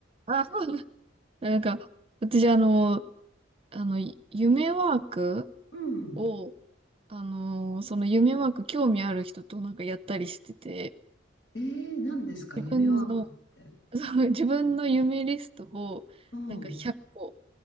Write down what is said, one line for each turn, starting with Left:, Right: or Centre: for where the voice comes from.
Right: あ、<laughs> なんか、私、あの、あの、夢ワーク
Left: うん。
Right: を、あの、その夢ワーク興味ある人となんかやったりしてて、
Left: えー、何ですか、
Right: 自分の
Left: 夢ワークって。
Right: <laughs> その自分の夢リストをなんか100個
Left: おうん、